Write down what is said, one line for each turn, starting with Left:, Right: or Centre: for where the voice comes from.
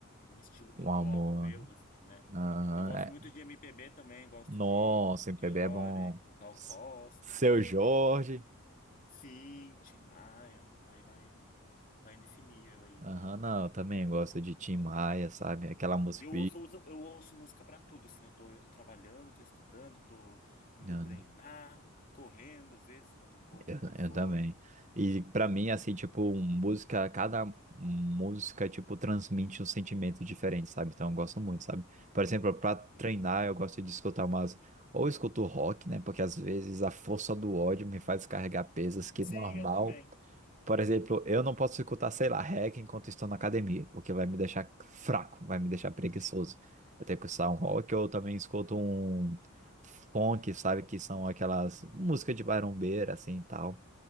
Left: um estilo que
Right: um
Left: eu coloco
Right: amor.
Left: eu, assim, né?
Right: Aham,
Left: Eu gosto
Right: é.
Left: muito de MPB também, gosto
Right: Nossa,
Left: de Belchior,
Right: MPB é bom.
Left: Gal
Right: S-
Left: Costa,
Right: Seu Jorge.
Left: aí, sim, Tim Maia, aí vai, vai nesse nível aí
Right: Aham, não, eu também gosto de Tim Maia, sabe? Aquela música.
Left: Eu ouço, usa- eu ouço música pra tudo, assim, eu tô trabalhando, tô estudando, tô indo
Right: Né?
Left: treinar, correndo, às vezes, quando eu corro
Right: Eu,
Left: de fone.
Right: eu também. E pra mim, assim, tipo, música, cada música, tipo, transmite um sentimento diferente, sabe? Então eu gosto muito, sabe? Por exemplo, pra treinar,
Left: Sim,
Right: eu gosto de escutar umas. Ou eu escuto rock, né? Porque às vezes a força do ódio me faz carregar pesas que
Left: Sim,
Right: normal.
Left: eu também.
Right: Por exemplo, eu não posso escutar, sei lá, reggae enquanto estou na academia, porque vai me deixar fraco, vai me deixar preguiçoso.
Left: Sim,
Right: Eu tenho que escutar um rock, ou eu também escuto um funk, sabe? Que são aquelas músicas de barombeira, assim, e tal.